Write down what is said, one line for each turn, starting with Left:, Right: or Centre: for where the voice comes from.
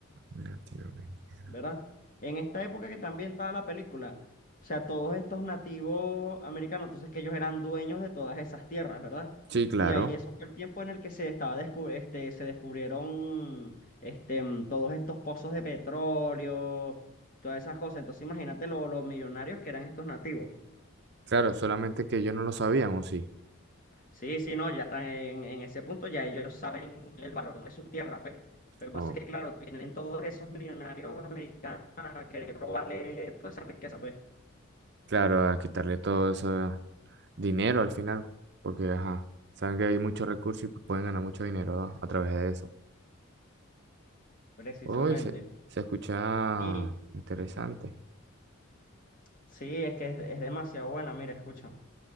Right: Latinoamérica.
Left: ¿verdad? En esta época que también estaba la película, o sea, todos estos nativos americanos, entonces que ellos eran dueños de todas esas tierras, ¿verdad?
Right: Sí, claro.
Left: Y ahí eso fue el tiempo en el que se estaba descu- este, se descubrieron este, mm, todos estos pozos de petróleo, todas esas cosas. Entonces imagínate lo- los millonarios que eran estos nativos.
Right: Claro, solamente que yo no lo sabían, ¿o sí?
Left: Sí, sí, no, ya están en, en ese punto, ya ellos saben el valor de su tierra, pues. Lo que pasa
Right: Oh,
Left: es que, claro, tienen todos esos millonarios americanos a querer robarle toda esa riqueza, pues.
Right: claro, a quitarle todo eso. dinero al final, porque ajá, saben que hay muchos recursos y pueden ganar mucho dinero a, a través de eso.
Left: Precisamente.
Right: Uy, se, se escucha
Left: Y
Right: interesante.
Left: sí, es que es, es demasiado buena. Mira, escucha.